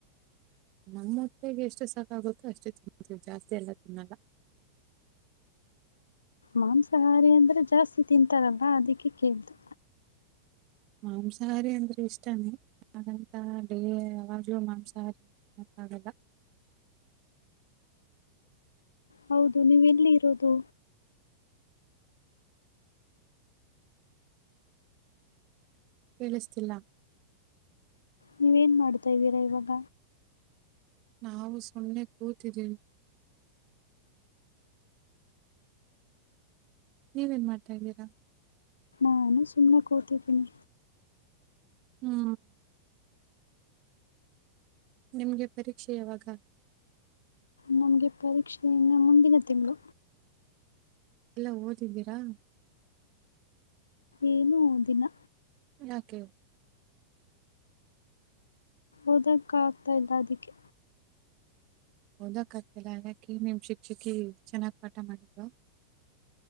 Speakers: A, on the right; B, on the left.
A: ನಮ್ಮ ಮತ್ತಿಗೆ ಎಷ್ಟು ಸಾಕಾಗುತ್ತೋ ಅಷ್ಟು ತಿನ್ವಿ ಜಾಸ್ತಿ ಎಲ್ಲ ತಿನ್ನಲ್ಲ
B: ಮಾಂಸಾಹಾರಿ ಅಂದ್ರೆ ಜಾಸ್ತಿ ತಿಂತಾರಲ್ಲ ಅದಕ್ಕೆ ಕೇಳತು
A: ಮಾಂಸಾಹಾರಿ ಅಂದ್ರೆ ಇಷ್ಟನ ಹಾಗಂತ ಡೇ ಅವಾಗಲು ಮಾಂಸಾಹಾರಿ ಮಾಗಲ್ಲ
B: ಹೌದು ನೀವು ಎಲ್ಲಿ ಇರೋದು
A: ಕೇಳಿಸ್ತಿಲ್ಲ
B: ನೀವೇನ್ ಮಾಡ್ತಾ ಇದ್ದೀರಾ ಇವಾಗ.
A: ನಾವು ಸುಮ್ನೆ ಕೂತಿದ್ದೀವಿ. ನೀವ್ ಏನ್ ಮಾಡ್ತಾ ಇದ್ದೀರಾ.
B: ನಾನು ಸಮ್ನೆ ಕುತಿದಿನಿ.
A: ಹಾ ನಿಮ್ಗೆ ಪರೀಕ್ಷೆ ಯಾವಾಗ.
B: ನಮ್ಗೆ ಪರೀಕ್ಷೆ ಇನ್ನ ಮುಂದಿನ ತಿಂಗ್ಳು.
A: ಎಲ್ಲ ಓದಿದ್ದೀರಾ.
B: ಏನೂ ಓದಿಲ್ಲಾ.
A: ಯಾಕೆ
B: ಓದಕ್ ಆಗ್ತಾ ಇಲ್ಲ ಅದಿಕ್ಕೆ.
A: ಓದಕ್ ಆಗ್ತಿಲ್ಲ ಯಾಕೆ ನಿಮ್ ಶಿಕ್ಷಕಿ ಚೆನ್ನಾಗ್ ಪಾಠ ಮಾಡಿಲ್ವಾ.